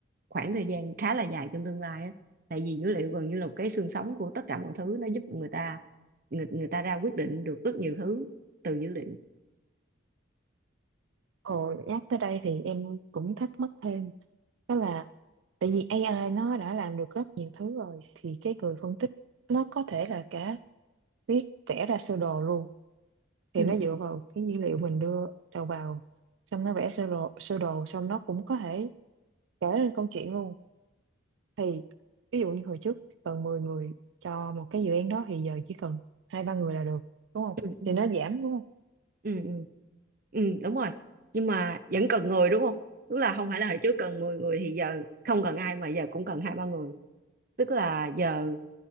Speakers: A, on the right; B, on the right.
A: khoảng thời gian khá là dài trong tương lai á tại vì dữ liệu gần như là một cái xương sống của tất cả mọi thứ nó giúp người ta người người ta ra quyết định được rất nhiều thứ từ dữ liệu
B: Ồ, nhắc tới đây thì em cũng thắc mắc thêm đó là tại vì AI nó đã làm được rất nhiều thứ rồi thì cái người phân tích nó có thể là cả viết vẽ ra sơ đồ luôn thì
A: ừ
B: nó dựa
A: ừ
B: vào cái dữ liệu mình đưa đầu vào xong nó vẽ sơ đồ sơ đồ xong nó cũng có thể kể lên câu chuyện luôn thì ví dụ như hồi trước cần 10 người cho một cái dự án đó thì giờ chỉ cần hai ba người là được đúng không
A: ừ ừ
B: thì nó giảm đúng không
A: ừ ừ ừ đúng rồi nhưng mà vẫn cần người đúng không tức là không phải là hồi trước cần 10 người thì giờ không cần ai mà giờ cũng cần hai ba người tức là giờ